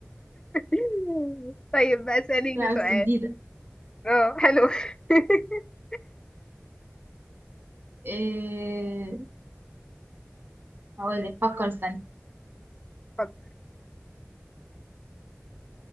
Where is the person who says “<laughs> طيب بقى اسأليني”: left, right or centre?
Left